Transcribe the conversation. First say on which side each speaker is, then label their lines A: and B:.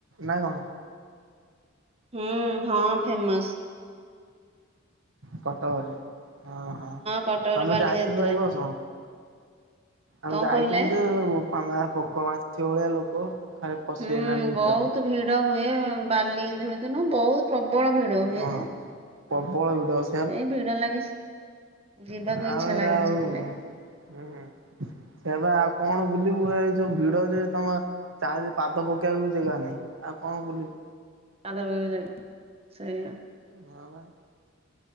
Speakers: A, on the right; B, on the right.
A: ନାଁ କଣ?
B: ହୁଁ ହଁ ଫେମସ୍।
A: କଟକରେ ହଁ ହଁ
B: କଟକରେ
A: ଆମେ
B: ବାଲିଯାତ୍ରା
A: ଯାଇଥିଲୁ ଏଇ ବର୍ଷ ଆମେ
B: କଣ
A: ଯାଇଥିଲୁ
B: କହିଲେ?
A: ଯେ ହେ ବୋପା ମା ପୋକ ମାଛି ଭଳିଆ ଲୋକ। ଖାଲି ପଶିଗଲାଣି
B: ହୁଁ
A: ଭିତରେ।
B: ବହୁତ ଭିଡ ହୁଏ ଉଁ ବାଲିଯାତ୍ରା ଦିନ ବହୁତ ପ୍ରବଳ ଭିଡ
A: ହଁ
B: ହୁଏ।
A: ପ୍ରବଳ ଭିଡ ସେ
B: ଏଇ ଭିଡ ଲାଗେ ସେ ଯିବାକୁ
A: ଆଉ
B: ଇଚ୍ଛା
A: ଏରା
B: ଲାଗେନି
A: ଆଉ
B: ସେଥିଲାଗି।
A: ହୁଁ ସେଇଆ ବା ଆଉ କଣ ବୁଲିବୁ ଏଇ ଯୋଉ ଭିଡ ଯେ ତମ ଚାଲିଲେ ପାଦ ପକେଇବାକୁ ଜେଗେ ନାହିଁ ଆଉ କଣ ବୁଲିବୁ।
B: ପାଦ ପକେଇବାକୁ ଜାଗା ସେଇଆ।
A: ହଁ ବା।